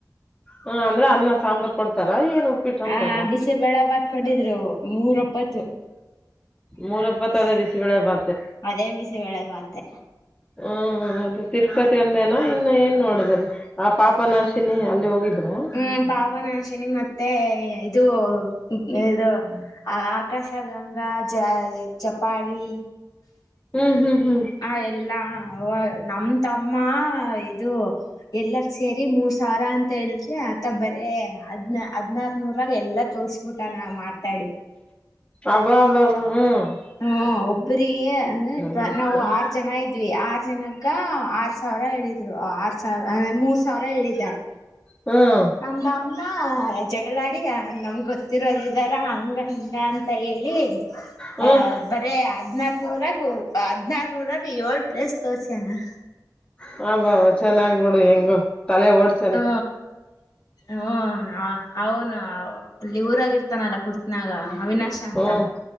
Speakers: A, on the left; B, on the left.
A: ಹ ಅಂದ್ರ ಅನ್ನ ಸಾಂಬಾರ್ ಕೊಡ್ತಾರ ಏನ್ ಉಪ್ಪಿಟ್ ಅಂತ
B: ಆ
A: ಅದ <inaudible>
B: ಬಿಸಿಬೇಳೆ ಬಾತ್ ಕೋಟಿದ್ರು ಮೂರಪ್ಪತ್ತು.
A: ಮೂರೊಪ್ಪತ್ತದ
B: <inaudible>
A: ಬಿಸಿಬೇಳೆ ಬಾತ್
B: ಅದೇ ಬಿಸಿಬೇಳೆ ಬಾತ್? <inaudible>
A: ಹ ಹ ಹೌದ ತಿರುಪತಿ ಒಂದೇನ ಇನ್ನ ಏನ್ ನೋಡಿದರಿ ಆ <inaudible> ಪಾಪನಾಶಿನಿ ಅಲ್ಲಿ ಹೋಗಿದ್ರೆ. <inaudible>
B: ಹ್ಮ್ ಪಾವನಾಶಿನಿ ಮತ್ತೆ ಇದು ಏದ ಆ ಆಕಾಶಗಂಗಾ ಜ ಚಪಾಳಿ,
A: ಹು ಹು ಹು
B: ಅ ಎಲ್ಲಾ ಅವ ತಮ್ಮ ಇದು ಎಲ್ಲರೂ ಸೇರಿ ಮೂರ್ <inaudible> ತಾರ ಅಂತ ಹೇಳಿದ್ರಿ ಆತ ಬರೇ? <inaudible> ಹದ್ನ ಹದ್ನಾರನೂರಾಗ ಎಲ್ಲಾ ತೋರ್ಸ್ಬಿಟ್ಟ ನಾ ಮಾತಾಡಿ. <inaudible>
A: ಅಬಾ ಅಬ್ಬಬ ಹೂ <inaudible>
B: ಹಾ ಒಬ್ಬ್ರಿಗೆ ಅಲ್ಲ
A: ಬಿಡು
B: ನಾವು
A: ಹ್ಮ್
B: ಆರು ಜನ ಇದ್ದ <inaudible> ಇದ್ವಿ ಆರ್ ಜನಕ್ಕ ಆರ್ ಸಾವಿರ ಹೇಳಿದ್ರು ಆರ್ ಸಾವಿರಂದ ಮೂರ್ ಸಾವಿರ ಹೇಳಿದ್ದಾರೆ. <inaudible>
A: ಹ <inaudible>
B: ನಮ್ಮ ತಮ್ಮ ಜಗಳಾಡಿ ನಮ್ ಗೊತ್ತ. <inaudible> ಗೊತ್ತ ಇರೋರ ಇದಾರ ಹಂಗ ಹಿಂಗ ಅಂತ ಹೇಳಿ
A: ಹ್ಮ್
B: ಅ ಬರೇ ಹದ್ನಾರ <inaudible> ನೋಡಕ್ ಹೋಗುಣ ಬಾ ಹದ್ನಾರನೂರಾಗ ಏಳ್ ಪ್ಲೇಸ್ ತೋರ್ಸ್ಯಾನ. <inaudible>
A: ಹ ಬಾಬ ಚೆನ್ನಾಗ್ಬಿಡು ಹೆಂಗು ತಲೆ ಓಡಸಿ <inaudible>
B: ಹ ಹೂ ಅವನು ಈ ಊರಾಗಿರ್ತ <inaudible> ಇರತ್ತನಾ ಅಲ್ಲ ಗೂಡಸ ನ್ಯಾಗ ಅವಿನಾಶ ಅಂತ
A: ಹ್ಮ್